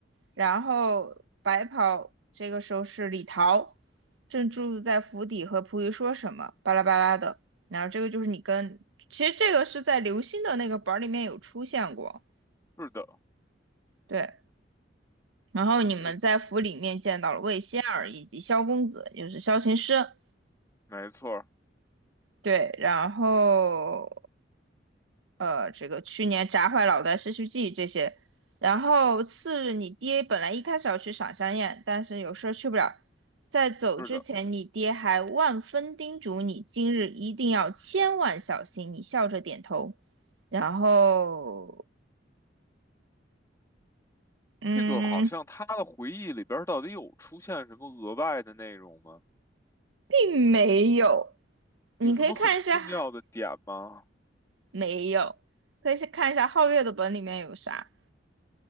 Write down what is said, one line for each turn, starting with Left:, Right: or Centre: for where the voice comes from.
Right: 然后白袍这个时候是李桃，正住在府邸和仆役说什么，巴拉巴拉的，然后这个就是你跟，其实这个是在刘星的那个本儿里面有出现过，
Left: 是的，
Right: 对，然后你们在府里面见到了魏仙儿以及萧公子，
Left: 这个
Right: 也就是萧琴师。
Left: 没错儿，
Right: 对，然后呃，这个去年砸坏脑袋、失去记忆这些。然后次日，你爹本来一开始要去赏香宴，但是有事儿去不了。在走之前，
Left: 是的，
Right: 你爹还万分叮嘱你，今日一定要千万小心。你笑着点头，然后，嗯，
Left: 这个好像他的回忆里边儿到底有出现什么额外的内容吗？
Right: 并没有。你可以看一下，
Left: 有什么很重要的点吗？
Right: 没有，可以去看一下皓月的本里面有啥，